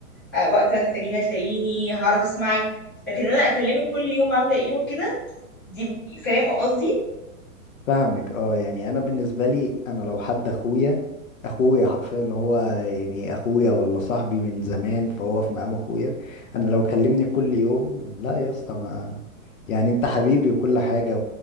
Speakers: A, on the left; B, on the left.
A: ه- وقت ما تحتاجيني هتلاقيني هعرف أسمعك لكن إن أنا أكلمك كل يوم عاملة إيه وكده دي فاهم قصدي؟
B: فاهمك اه يعني انا بالنسبة لي انا لو حد اخويا اخويا حرفيا اللي هو يعني اخويا ولا صاحبي من زمان فهو في مقام اخويا انا لو كلمني كل يوم لا يا اسطى ما يعني انت حبيبي وكل حاجة